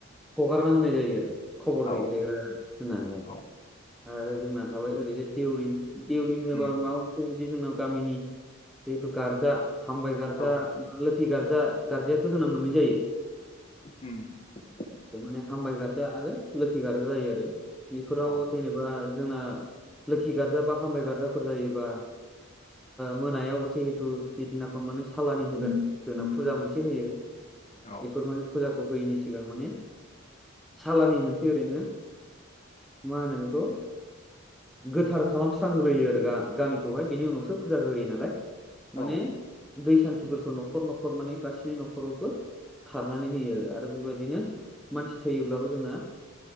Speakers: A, in the centre; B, on the left.
A: हगारना होनाय जायो आरो खबर
B: औ
A: दैथायग्रा होननानैहाय
B: औ
A: आरो जोंना थाबाय ओरैजाय देउरि देउरि होनोबा
B: उम
A: माबा मोनसे बे जोंनाव गामिनि जिहेथु गारजा हामबाय गार्जा
B: औ
A: बा लोथि गार्जा गार्जायाथ' जोंना मोननै जायो।
B: उम <inaudible>
A: थारमाने हामबाय गार्जा आरो लोखिगार्जा जायो आरो बेफोराव
B: औ
A: जेनेबा जोंना लोखि गार्जा बा हामबाय गार्जाफोर जायोबा मोनायाव जिहेथु जिदिनाखौ माने साालनि होगोन जोंना फुजा मोनसे होयो
B: औ
A: बेफोर माने फुजा होयैनि सिगां माने सालानि मोनसे ओरैनो मा नेमाखौ गोथार खालामस्रांग्रोयो आरो गामिखौहाय बिनि उनावसो फुजा गोयो नालाय
B: औ
A: माने दै सानथि खफोरखौ न'खर न'खर माने गासैनि न'खरावबो खारनानै होयो आरो बेबायदिनो मानसि थैयोब्लाबो जोंना